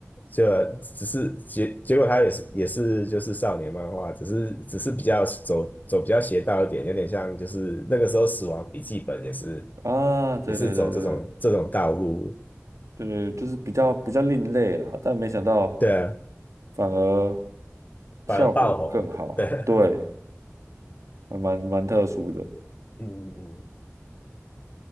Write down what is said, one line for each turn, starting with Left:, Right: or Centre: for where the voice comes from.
Left: 就只是结结果他也是也是就是少年漫画，只是只是比较走走比较邪道一点，有点像就是那个时候《死亡笔记本》也是
Right: 啊，对对对对对
Left: 也是走这种这种道路，
Right: 对对，就是比较比较另类啦，但没想到
Left: 对啊，
Right: 反而
Left: 反而爆红，
Right: 效果更好，
Left: 对，
Right: 对，还蛮蛮特殊的
Left: <laughs> 嗯嗯嗯。